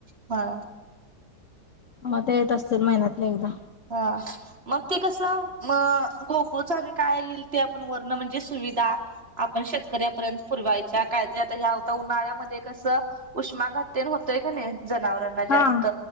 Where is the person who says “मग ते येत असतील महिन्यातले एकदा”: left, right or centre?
Left